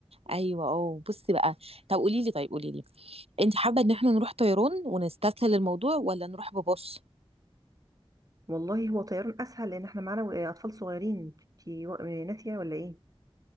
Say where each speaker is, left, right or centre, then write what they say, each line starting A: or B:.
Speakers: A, on the right (about 75°); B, on the right (about 35°).
A: ايوه اه بصي بقى طب قولي لي طيب قولي لي انت حابه ان احنا نروح طيران ونستسهل الموضوع ولا نروح ببص
B: والله هو طيران اسهل لان احنا معانا اطفال صغيرين انتي و- ناسيه ولا ايه